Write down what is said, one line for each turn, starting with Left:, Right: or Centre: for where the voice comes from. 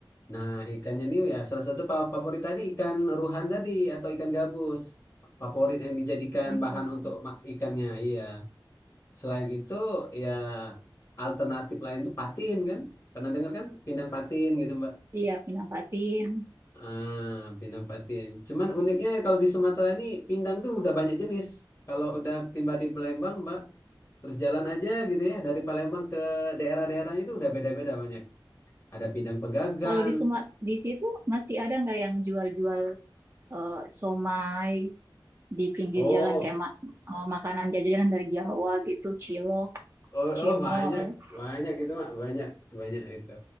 Left: Nah, ikannya ini ya salah satu fa- favorit tadi ikan ruhan tadi atau ikan gabus. Favorit yang dijadikan
Right: Ikan
Left: bahan
Right: tuna.
Left: untuk ma- ikannya, iya. Selain itu ya alternatif lain tuh Patin kan? Pernah dengar kan? Pindang Patin gitu Mbak.
Right: Iya, pindang patin.
Left: Ah, pindang Patin. Cuman uniknya kalau di Sumatera ini pindang tuh udah banyak jenis. Kalau udah tiba di Palembang Mbak, terus jalan aja gitu ya dari Palembang ke daerah-daerahnya itu udah beda-beda banyak. Ada pindang pegagan.
Right: Kalau di Sumat di situ masih ada nggak yang jual-jual eh, somai di pinggir
Left: Oh,
Right: jalan kayak ma- eh, makanan jajanan dari Jawa gitu, cilok,
Left: Oh,
Right: cimol,
Left: oh banyak, banyak itu Mak, banyak, banyak itu.